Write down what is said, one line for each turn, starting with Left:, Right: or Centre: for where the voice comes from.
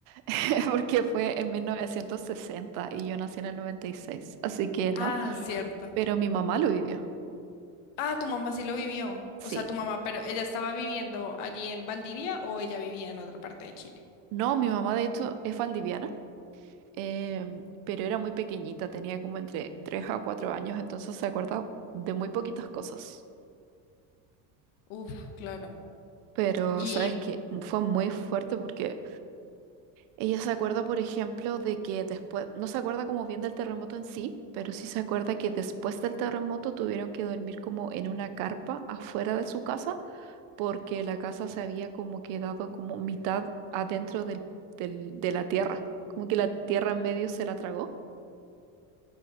Right: <laughs> porque fue en 1960 y yo nací en el 96, así que
Left: Ah,
Right: no,
Left: cierto.
Right: pero mi mamá lo vivió.
Left: Ah, tu mamá sí lo vivió,
Right: Sí.
Left: o sea, tu mamá, pero ¿ella estaba viviendo allí en Valdivia o ella vivía en otra parte de Chile?
Right: No, mi mamá de hecho es valdiviana, em, pero era muy pequeñita, tenía como entre 3 a 4 años, entonces se acuerda de muy poquitas cosas.
Left: Uf, claro.
Right: Pero
Left: Y,
Right: sabes que fue muy fuerte porque Ella se acuerda, por ejemplo, de que después, no se acuerda como bien del terremoto en sí, pero sí se acuerda que después del terremoto tuvieron que dormir como en una carpa afuera de su casa, porque la casa se había como quedado como mitad adentro del, del- de la tierra, como que la tierra en medio se la tragó